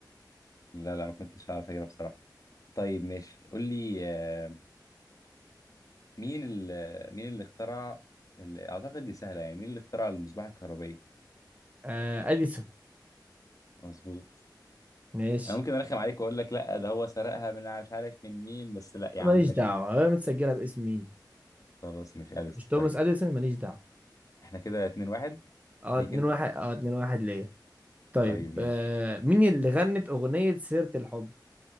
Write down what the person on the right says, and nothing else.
آه اديسون
ماشي
ماليش
دعوه
انا متسجله باسم مين
مش توماس
اديسون ماليش دعوه
اه
اتنين
واحد اه اتنين واحد ليا طيب
آه مين اللي غنت أغنية سيرة الحب؟